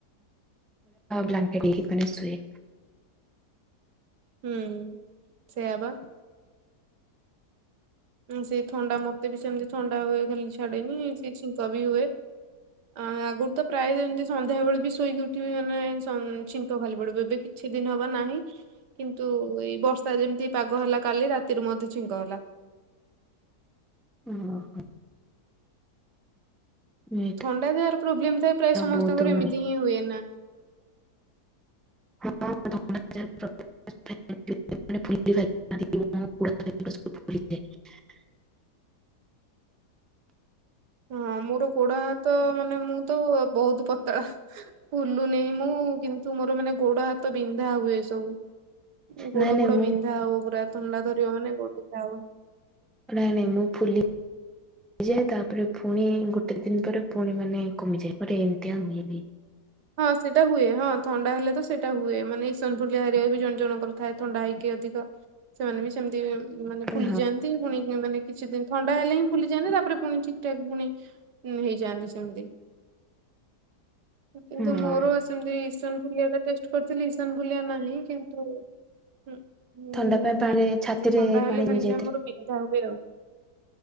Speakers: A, in the centre; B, on the right (about 85°).
A: ବ୍ଲାଙ୍କେଟ ହେ ମ ସୁୁଏ।
B: ହୁଁ ସେଇଆ ବା ସେ ଥଣ୍ଡା ମତେ ବି ସେମିତି ଥଣ୍ଡା ହୁଏ ଖାଲି ଛାଡେନି ସେ ଶୀଙ୍କ ବି ହୁଏ। ଅ ଆଗରୁ ତ ପ୍ରାୟ ଯେମିତି ସନ୍ଧ୍ୟାବେେଳେ ବି ଶୋଇକି ଉଠିବି ମାନେ ଛିଙ୍କ ଖାଲି ପଡିବ। ଏବେ କିଛି ଦିନ ହବା ନାହିଁ। କିନ୍ତୁ ଏଇ ବର୍ଷା ଯେମିତି ପାଗ ହେଲା କାଲି ରାତିରୁ ମଧ୍ୟ ଛିଙ୍କ ହେଲା।
A: ଓହୋ ଏଇଟା
B: ଥଣ୍ଡା ଯାହାର ପ୍ରୋବ୍ଲେମ ଥାଏ ପ୍ରାୟ ସମସ୍ତଙ୍କର
A: ବହୁତ ମାନେ
B: ଏମିତି ହିଁ ହୁଏ ନା
A: <unintelligible> <unintelligible>
B: ହଁ ମୋର ଗୋଡ ହାତ ମାନେ ମୁଁ ତ ବହୁତ ପତଳା। ବୁଲୁନି ମୁଁ କିନ୍ତୁ ମୋର ମାନେ ଗୋଡ ହାତ ବିନ୍ଧା ହୁଏ ସବୁ। ଗୋଡ
A: ନାଇଁ ନାଇଁ
B: ଫୋଡ
A: ମୁଁ
B: ବିନ୍ଧା ହବ ପୁରା ଥଣ୍ଡା ଧରିବ ମାନେ ଗୋଡ ବିନ୍ଧା ହବ।
A: ନାଇଁ ନାଇଁ ମୁଁ ଫୁଲି ହେଯାଏ ତାପରେ ପୁଣି ଗୋଟେ ଦିନ ପରେ ପୁଣି ମାନେ କମିଯାଏ ପରେ ଏମିତିଆଉ ହୁଏନି।
B: ହଁ ସେଇଟା ହୁଏ ହଁ ଥଣ୍ଡା ହେଲେ ତ ସେଇଟା ହୁଏ ମାନେ ଇସନ ଭୁଲିଆ ହାରିବା ବି ଜଣ ଜଣଙ୍କର ଥାଏ ଥଣ୍ଡା ହେଇକି ଅଧିକ ସେମାନେ ବି ସେମିତି ମାନେ
A: ହଁ
B: ଫୁଲିଯାଆନ୍ତି ପୁଣି ମାନେ କିଛି ଦିନ ଥଣ୍ଡା ହେଲେ ହିଁ ଫୁଲିଯାଆନ୍ତି ତାପରେ ପୁଣି ଠିକ ଠାକ ପୁଣି ହେଇଯାଆନ୍ତି ସେମିତି।
A: ହଁ।
B: କିନ୍ତୁ ମୋର ସେତି ଇସାନ ବୁଲିଆ ଟେଷ୍ଟ କରିଥିଲ ଇସାନ ବୁଲିଆ ନାହିଁ କିନ୍ତୁ ହୁଁ
A: ଥଣ୍ଡା ପାଇଁ ପାଣିରେ
B: ନା ଏମ
A: ଛାତିରେ
B: ଥଣ୍ଡା ହେଲେ
A: ପାଣି ଜମି
B: ଖାଲି
A: ଯାଇଥିଲା।
B: ଯ ଆମର ବିନ୍ଧା ହୁଏ ଆଉ।